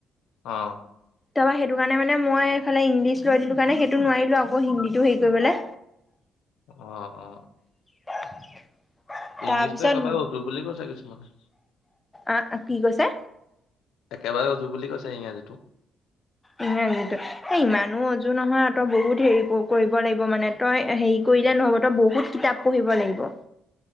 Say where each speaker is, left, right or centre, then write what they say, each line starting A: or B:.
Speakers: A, on the left; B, on the left.
A: অ'।
B: তাৰ পৰা সেইটো কাৰণে মানে মই এইফালে ইংলিছ লৈ দিলো কাৰণে সেইটো নোৱাৰিলো আকৌ হিন্দীটো হেৰি কৰিবলে
A: অ অ
B: <unintelligible> তাৰপিছত
A: ইংলিছতটো একেবাৰে অজু বুলি কৈছে কিছুমানে
B: আ কি কৈছে?
A: একেবাৰে ওজু বুলি কৈছে ইংৰাজীটো।
B: ইংৰাজীটো এ ইমানো ওজু নহয় আত বহুত হেৰি কৰিব লাগিব মানে তই হেৰি কৰিলে নহ'ব তই বহুত কিতাপ পঢ়িব লাগিব।